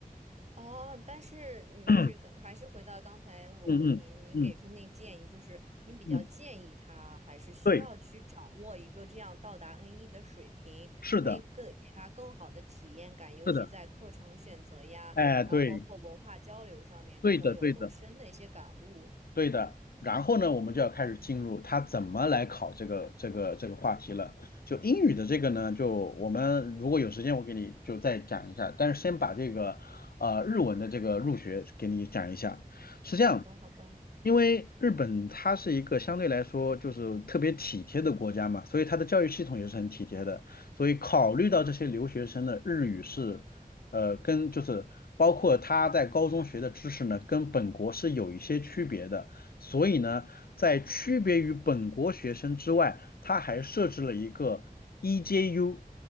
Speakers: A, on the right (about 50°); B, on the left (about 85°).
A: 哦，但是你就是跟还是回到刚才我问您，
B: <coughs> <clears throat> 嗯嗯嗯嗯。
A: 您给出那建议，就是您比较建议他还是需要去掌握一个这样到达
B: 嗯对，
A: N1 的水平，
B: 是的，
A: 可以更给他更好的体验感，尤其在课程选择呀，
B: 是的，哎，对，
A: 然后包括文化交流上面，
B: 对的，
A: 他能有更深的一些感悟。
B: 对的，对的。然后呢，我们就要开始进入他怎么来考这个这个这个话题了。就英语的这个呢，就我们如果有时间，我给你就再讲一下。但是先把这个呃日文的这个入学给你讲一下。是这样，
A: 好的，好的。
B: 因为日本它是一个相对来说就是特别体贴的国家嘛，所以它的教育系统也是很体贴的。所以考虑到这些留学生的日语是呃，跟就是包括他在高中学的知识呢，跟本国是有一些区别的，所以呢，在区别于本国学生之外，他还设置了一个 EJU，